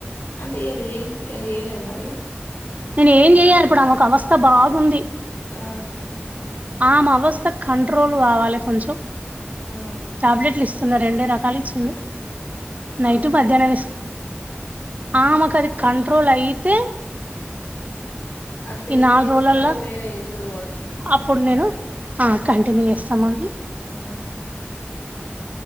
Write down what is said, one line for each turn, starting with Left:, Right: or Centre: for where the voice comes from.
Left: అంటే ఇయలా ఏం చేయ్ ఏదై మరి
Right: నేను ఏం చెయ్యాలి ఇప్పుడు ఆమెకు అవస్థ బాగుంది.
Left: ఆ
Right: ఆమె అవస్థ కంట్రోల్ కావాల కొంచెం
Left: ఆ
Right: టాబ్లెట్లు ఇస్తున్నా రెండే రకాలు ఇచ్చిండు. నైటు
Left: అవునవును
Right: మధ్యానం ఇస్
Left: ఆ
Right: ఆమెకు అది కంట్రోల్ అయితే
Left: అ టెస్ట్
Right: ఈ నాలుగు
Left: చేేసి
Right: రోజులల్లా
Left: మళ్ళీ వేరే స్ త రో జ్
Right: అప్పుడు నేను ఆ కంటిన్యూ చేస్తాము అండి.
Left: ఆ